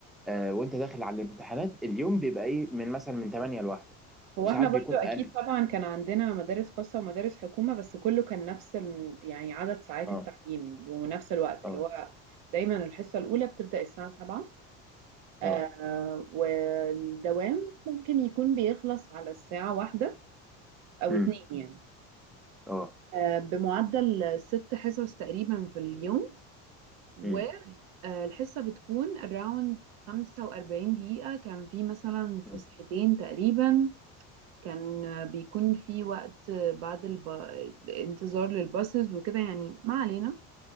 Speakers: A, in the centre; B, on the right (about 70°).
A: آه، وانت داخل على الامتحانات اليوم بيبقى ايه من مثلا من 8 لواحدة
B: هو
A: وساعات
B: احنا برضو
A: بيكون
B: اكيد
A: اقل
B: طبعا كان عندنا مدارس خاصة ومدارس حكومة بس كله كان نفس ال... يعني عدد ساعات
A: اه
B: التعليم ونفس الوقت
A: اه
B: اللي هو دايما الحصة الاولى بتبدأ الساعة 7 آه
A: اه
B: والدوام ممكن يكون بيخلص على الساعة واحدة او
A: امم
B: اتنين يعني
A: اه
B: آه بمعدل ست حصص تقريبا في اليوم والحصة
A: امم
B: بتكون around 45 دقيقة كان في مثلا فسحتين
A: أمم،
B: تقريبا كان بيكون في وقت بعد الب... الانتظار للباصز وكده يعني ما علينا